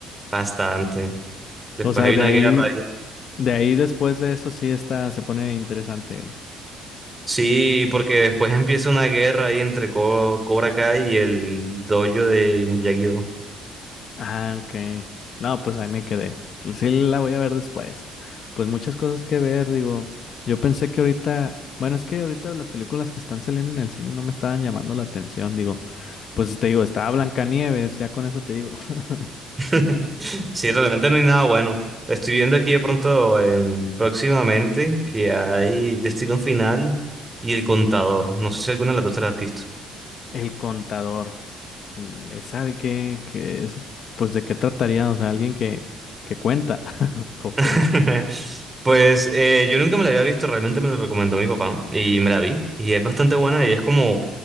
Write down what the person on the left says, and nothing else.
O sea,
de
ahí,
de ahí después de eso sí está, se pone interesante.
Ah, ok. No, pues ahí me quedé. Sí la voy a ver después. Pues muchas cosas que ver, digo. Yo pensé que ahorita, bueno, es que ahorita las películas que están saliendo en el cine no me estaban llamando la atención, digo. Pues te digo, estaba Blancanieves, ya con eso te digo. <laughs>
El contador. mm, ¿Esa de qué, qué es? Pues de qué trataría, o sea, alguien que, que cuenta. <laughs> Co- Como.